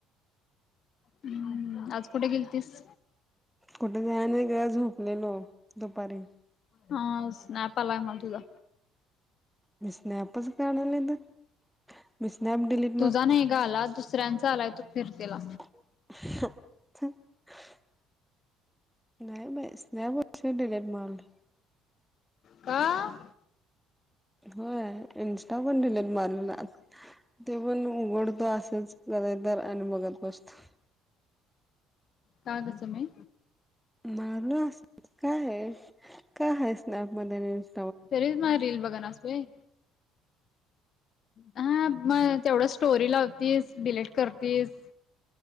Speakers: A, on the left (about 50°); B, in the centre.
A: हम्म. आज कुठे गेलतीस?
B: कुठे जायाय नाही गं. झोपलेलो, दुपारी.
A: हा, स्नॅप आलाय मनत हुता.
B: मी स्नॅपच काढायला नाहीतर. मी स्नॅप डीलीट
A: तुझा नाही गं आला. दुसऱ्यांचा आलाय. तू फिरतेला.
B: <inaudible> नाही बाई. स्नॅप उशीर डिलीट मारलोय.
A: का?
B: होय. इंस्टा पण डिलिट मारलेला. ते पण उघडतो असंच कधी तर, आणि बघत बसतोय.
A: का गं, समे?
B: मारलो असच. काहेय, काय हाय स्नॅप मध्ये रिल्स?
A: तरीच माझ रील बघनास होय? हा मग तेवढं स्टोरी लावतीस. डिलीट करतीस.